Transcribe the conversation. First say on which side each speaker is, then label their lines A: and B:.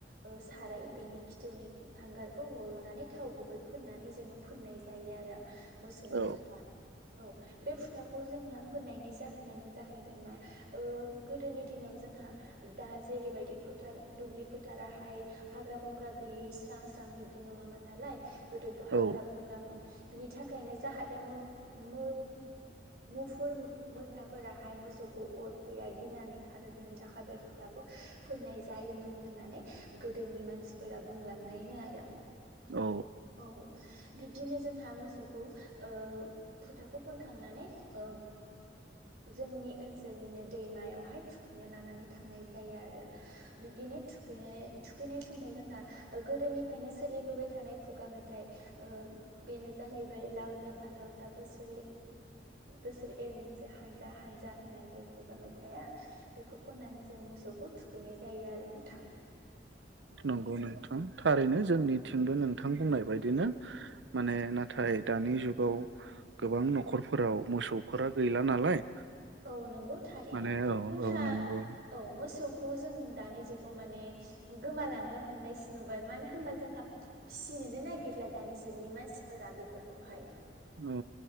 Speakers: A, on the right; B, on the right.
A: ओ साराय बेनि खिथौनि हांगारखौ हल'नानै थाव गुबै फोननानै जोङो फोननाय जायो आरो। मोसौनो
B: औ
A: फुथा। औ बे फुथाखौ जोंहा फोननायनि जाहोनानो जाहैबाय मा ओ गोदोनि दिनाव जों हा दा जेरैबायदि फोथार दुब्लि फोथाराहाय हाग्रा बुंंग्रा गैयै स्रां स्रां बिब्दि नङामोन नालाय गोदोथ' हाग्रा
B: औ
A: बंग्रामोन बिनि थाखायनो जाहाथे मोम-मोम मुफुर मोसाफोराहाय मोसौखौ अरफैया गिनानै खारो बिनि थाखाय बे फुथाखौ फोननाय जायोमोन होननानै गोदोनि मानसि फोरा बुंलांनायनो आरो
B: औ
A: औ बिब्दिनो जोंहा मोसौखौ ओ फुथाखौ फोनखांनानै ओ जोंनि ओनसोलनिनो दैमायावहाय थुखैनो लानानै थांनाय जायो आरो बिब्दिनो थुखैनाय थुखैनाय समाव जोंहा ओ गोदोनिफायनो सोलिबोबाय थानाय खुगा मेथाइ ओ बेनो जाहैबाय लाव जा फान्थाव जा बोसोरि बोसोरि एर हानजा हानजा होननाय बाय खुगा मेथाइया बेखौ खननानै जों मोसौखौ थुखैनाय जायो आरो नोंथां
B: नंगौ नोंथां थारैनो
A: औ
B: जोंनि थिंबो नोंथां बुंनाय बायदिनो माने नाथाय दानि जुगाव गोबां न'खरफोराव मोसौफोरा गैला नालाय
A: औ नंगौ थारैनो
B: माने औ
A: जोंहा
B: औ नंगौ
A: औ मोसौ खौ जों दानि जुगाव माने गोमालांनो हमनायसो नुबाय मानो होमबा जोंहा फिसि निनो नायगिरला दानि जुगनि मानसिफोरा बेफोरखौहाय
B: औ